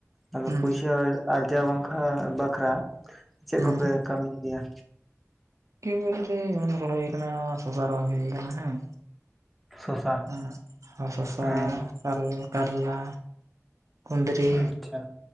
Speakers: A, in the centre; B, on the right.
A: ᱟᱫᱚ
B: ᱦᱩᱸ ᱦᱩᱸ
A: ᱯᱩᱭᱥᱟᱹ ᱟᱨ ᱟᱨᱡᱟᱣ ᱵᱟᱝᱠᱷᱟ ᱵᱟᱠᱷᱨᱟ ᱪᱮᱜ
B: ᱦᱩᱸ
A: ᱠᱚᱯᱮ ᱠᱟᱹᱢᱤᱭ ᱜᱮᱭᱟ?
B: ᱠᱮ ᱵᱩᱞᱛᱮ ᱮᱢᱚᱱ ᱨᱚᱦᱚᱭ ᱦᱩᱭ ᱠᱟᱱᱟ ᱥᱚᱥᱟ ᱨᱚᱦᱚᱭ ᱦᱩᱭ ᱠᱟᱱᱟ ᱦᱮᱸ᱾
A: ᱥᱚᱥᱟ
B: ᱟᱸᱜ ᱦᱟ ᱥᱚᱥᱟ
A: ᱮᱸ
B: ᱠᱟ ᱠᱟᱨᱞᱟ᱾ ᱠᱩᱱᱫᱽᱨᱤ
A: ᱟᱪᱪᱷᱟ